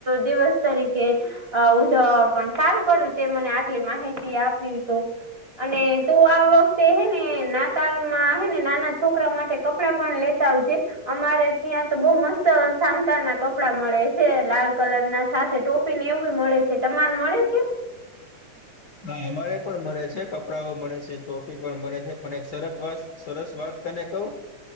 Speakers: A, on the right; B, on the left.
A: દિવસ તરીકે ઉજ પણ સારું કર્યું તે મને આટલી માહિતી આપી તો અને તું આ વખતે હેને નાતાલમાં હેને નાના છોકરા માટે કપડાં પણ લે ચ આવ છેે. અમારે ત્યાં તો બઉ મસ્ત સાંતા ના કપડા મળે છે લાલ કલર ના સાથે ટોપીને એવું મળે છે તમારે મળે છે.
B: હા અમારે પણ મડે છે કપડાંઓ મળે છે ટોફી પણ મળે છે પણ એક સરસ વાસ સરસ વાત તને કહું.